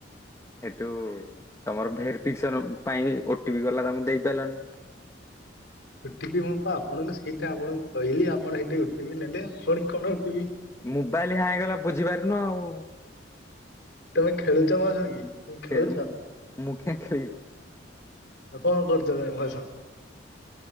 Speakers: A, on the left; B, on the left.
A: ହେଥୁ ତମର ଭରିଫିକେସନ୍ ପାଇଁ ଓ ଟି ପି ଗଲା ତମେ ଦେଇପାରିଲନି।
B: ଓ ଟି ପି ମୁଁ ପା ଆପଣଙ୍କୁ ସେଇଟା ଆପଣଙ୍କୁ କହିଲି ଆପଣ ସେଇଠି ଓ ଟି ପି ନେବେ ପୁଣି କଣ O T P.
A: Mobile hang ହେଲା ବୁଝିପାରୁନୁ ଆଉ।
B: ତମେ ଖେଳୁଛ ମୋ ସହ କି? ତମେ ଖେଳୁଛ
A: ଖେଳୁନି ମୁଁ କାଇଁ ଖେଳିବି।
B: ଆଉ କଣ କରୁଛ ତମେ <unintelligible>